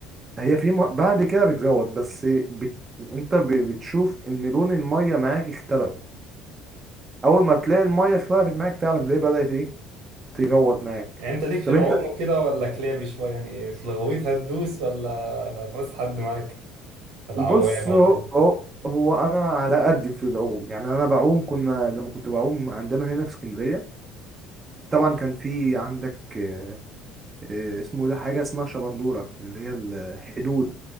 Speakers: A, on the right; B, on the right.
A: هي في م... بعد كده بتغوط بس بت... انت ب... بتشوف ان لون الميه معاك اختلف اول ما تلاقي الميه اختلفت معاك تعرف ليه بدأت ايه تغوط معاك
B: يعني انت ليك في
A: طب
B: العوم
A: يعني انت انت
B: وكده ولا كلابي شويه يعني في الغويط هتدوس ولا هتبص حد معاك العوامه
A: بص هو
B: وكده
A: هو هو انا على قد في العوم يعني انا بعوم كنا لما كنت بعوم عندنا هنا في اسكندريه طبعا كان في عندك آه، آه، اسمه إيه ده حاجه اسمها شبندوره اللي هي الحدود